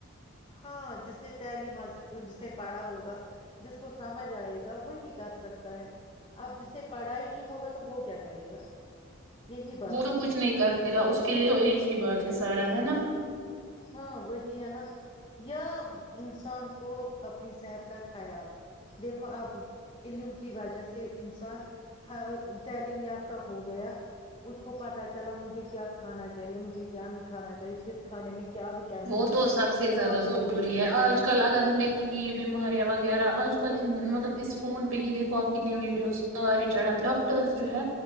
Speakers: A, on the left (about 25°); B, on the right (about 80°).
A: ہاں جس نے تعلیم حاصل کی ہو جس نے پڑھا ہوگا جس کو سمجھ آئے گا وہی کر سکتا ہے اب جس نے پڑھا ہی نہیں ہوگا تو وہ کیا کرے گا یہی بات
B: وہ
A: صحیح
B: تو کچھ
A: ہے
B: نہیں کرے گا اس کے لیے ایک ہی بات ہے سارا ہے نا
A: ہاں وہی ہے نا یا انسان کو اپنی صحت کا خیال دیکھو اب علم کی وجہ سے انسان تعلیم یافتہ ہو گیا اس کو پتا چلا مجھے کیا کھانا چاہیے مجھے کیا نہیں کھانا چاہیے کس کھانے میں کیا وٹامنس
B: وہ تو
A: ہے
B: سب سے زیادہ
A: کیا
B: ضروری
A: پروٹینس
B: ہے آج کل اگر ہم دیکھیں گے یہ بیماریاں وغیرہ آج کل مطلب اس فون پہ ہی دیکھو آپ کتنے ویڈیوز سارے چڑھا ڈاکٹرز جو ہے